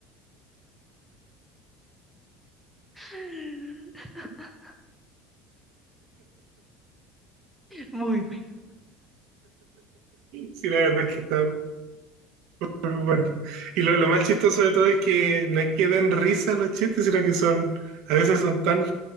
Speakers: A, in the centre; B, on the right (about 55°).
A: <laughs> Muy bueno.
B: Sí, la verdad es que está muy bueno. Y lo, lo más chistoso de todo es que no es que den risa los chistes, sino que son, a veces son tan